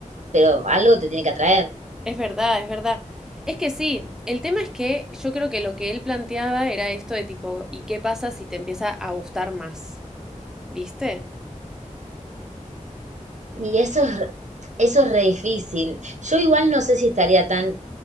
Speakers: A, on the right; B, in the centre.
A: pero algo te tiene que atraer.
B: Es verdad, es verdad. Es que sí, el tema es que yo creo que lo que él planteaba era esto de tipo, ¿y qué pasa si te empieza a gustar más? ¿Viste?
A: Y eso es, eso es re difícil. Yo igual no sé si estaría tan...